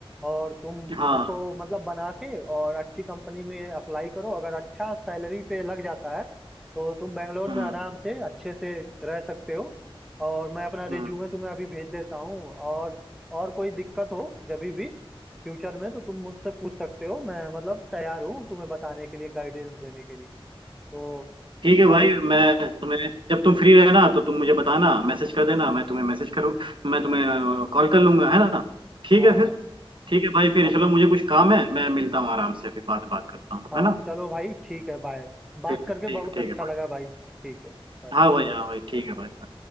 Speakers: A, in the centre; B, on the right.
A: और तुम
B: हाँ
A: उसको मतलब बना के और अच्छी कंपनी में अप्लाई करो अगर अच्छा सैलरी पे लग जाता है तो तुम बेंगलोर
B: हम्म
A: में आराम से अच्छे से रह सकते हो और मैं अपना
B: हम्म
A: रिज्यूमे तुम्हें अभी भेज देता हूँ और और कोई दिक्कत हो जब भी फ्यूचर में तो तुम मुझसे पूछ सकते हो मैं मतलब तैयार हूँ तुम्हें बताने के लिए गाइडेंस देने के लिए तो
B: ठीक है भाई
A: चलो
B: मैं तुम्हें जब तुम फ्री रहना तो तुम मुझे बताना मैसेज कर देना मैं तुम्हें मैसेज करूँ मैं तुम्हें कॉल कर लूंगा है ना ठीक
A: हाँ
B: है फिर ठीक है भाई फिर
A: हाँ
B: चलो मुझे कुछ काम है मैं मिलता हूँ आराम से फिर बाद में बात करता हूँ
A: हाँ
B: है ना
A: चलो भाई ठीक है बाय बात
B: ठीक
A: करके
B: है ठीक
A: बहुत
B: है
A: अच्छा
B: ठीक है
A: लगा
B: भाई
A: भाई ठीक है बाय
B: हाँ भाई हाँ भाई ठीक है भाई